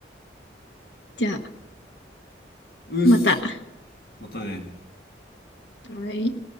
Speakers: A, on the left; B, on the left.
A: じゃあ、
B: うっす
A: また。
B: またね
A: はい。